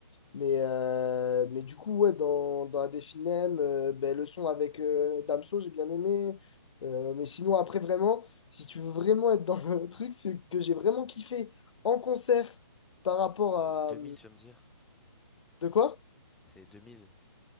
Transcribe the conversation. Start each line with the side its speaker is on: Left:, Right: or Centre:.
Left: Mais, euh, mais du coup, ouais, dans, dans la Definem, euh, ben, le son avec euh, Damso, j'ai bien aimé. Euh, mais sinon, après, vraiment, si tu veux vraiment être dans le truc, c'est que j'ai vraiment kiffé en concert par rapport à...
Centre: 2000, tu vas me dire?
Left: De quoi?
Centre: C'est 2000.